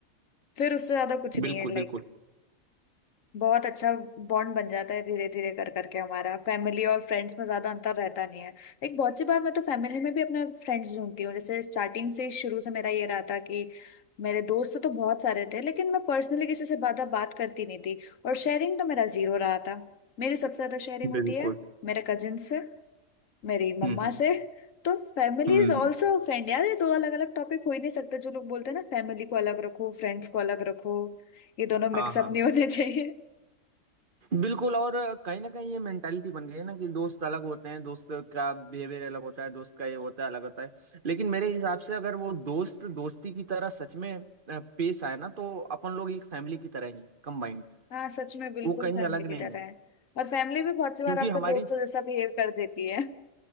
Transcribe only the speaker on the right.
बिल्कुल
बिल्कुल
बिल्कुल
हम्म हम्म
हम्म
हाँ हाँ
बिल्कुल और कहीं ना कहीं ये मेंटालिटी बन गई है ना कि दोस्त अलग होते हैं दोस्त का बिहेवियर अलग होता है दोस्त का ये होता है अलग होता है लेकिन मेरे हिसाब से अगर वो दोस्त दोस्ती की तरह सच में अ, पेश आए ना तो अपन लोग एक फैमिली की तरह ही हैं कंबाइंड
वो कहीं
अलग
नहीं
है
क्योंकि
हमारी